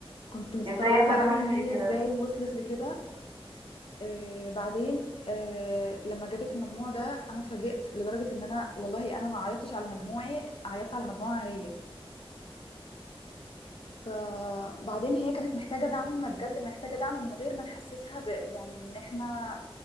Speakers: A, on the left; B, on the right.
A: كنت مستغربة
B: ازاي يحصل له
A: قوي
B: حاجة
A: ان
B: زي
A: هي
B: كده
A: ازاي وصلت لكده آه بعدين آه لما جابت المجموع ده انا اتفاجئت لدرجه ان انا والله انا ما عيطتش على مجموعي عيطت على مجموعها هي فبعدين هي كانت محتاجه دعم بجد محتاجه دعم من غير ما نحسسها ب... يعني ان احنا